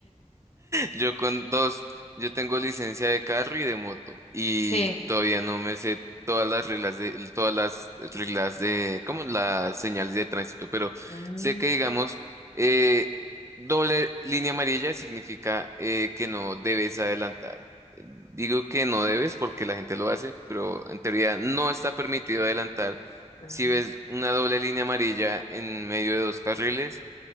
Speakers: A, on the right (about 25°); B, on the left (about 55°).
A: Yo con dos, yo tengo licencia de carro y de moto y
B: Sí.
A: todavía no me sé todas las reglas de todas las reglas de como las señales de tránsito, pero
B: Mm,
A: sé que digamos eh, doble línea amarilla significa eh, que no debes adelantar. Digo que no debes porque la gente lo hace, pero en teoría no está permitido adelantar.
B: mm,
A: Si ves una doble línea amarilla en medio de dos carriles,